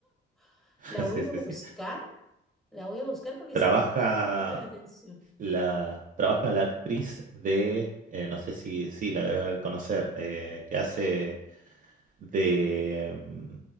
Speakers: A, in the centre; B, on the right (about 45°).
A: <laughs>
B: <laughs>
A: La voy
B: Sí, sí,
A: a buscar
B: sí.
A: La voy a buscar porque
B: Trabaja
A: sí me llama bastante la atención.
B: la, trabaja la actriz de, eh, no sé si, sí, la debe conocer, eh, que hace de mm,